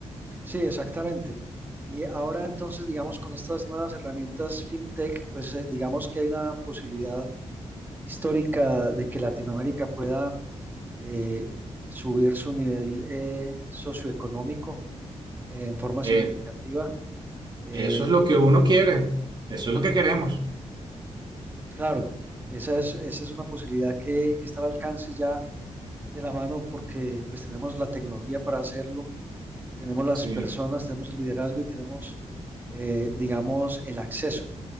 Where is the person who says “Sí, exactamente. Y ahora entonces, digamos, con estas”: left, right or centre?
Right